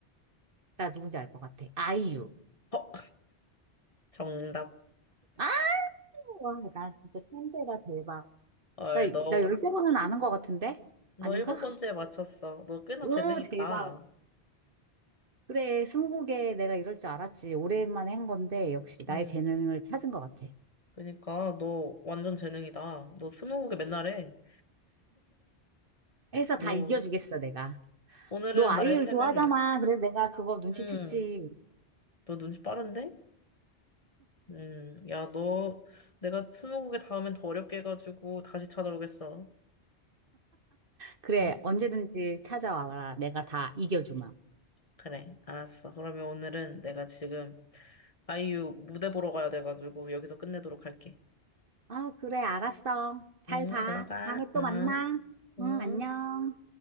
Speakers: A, on the right; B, on the left.
A: 나 누군지 알 것 같아. 아이유.
B: 어, 정답.
A: 아, 와, 나 진짜 천재다, 대박.
B: 아,
A: 나,
B: 너,
A: 나 13번은 아는 것 같은데?
B: 너
A: 아닌가?
B: 일곱 번째에 맞췄어. 너 꽤나
A: 오,
B: 재능 있다.
A: 대박. 그래, 스무고개 내가 이럴 줄 알았지. 오랜만에 한 건데, 역시 나의
B: 음.
A: 재능을 찾은 것 같아.
B: 그니까, 너 완전 재능이다. 너 스무고개 맨날 해.
A: 해서
B: 오,
A: 다 이겨주겠어, 내가.
B: 오늘은
A: 너 아이유
B: 나의 패배를.
A: 좋아하잖아. 그래서 내가 그거 눈치챘지.
B: 음, 너 눈치 빠른데? 음, 야, 너, 내가 스무고개 다음엔 더 어렵게 해가지고 다시 찾아오겠어.
A: 그래,
B: 응?
A: 언제든지 찾아와라. 내가 다 이겨주마.
B: 그래, 알았어. 그러면 오늘은 내가 지금 아이유 무대 보러 가야 돼가지고 여기서 끝내도록 할게.
A: 아, 그래, 알았어. 잘
B: 응,
A: 봐.
B: 들어가.
A: 다음에 또
B: 응.
A: 만나.
B: 응.
A: 응, 안녕.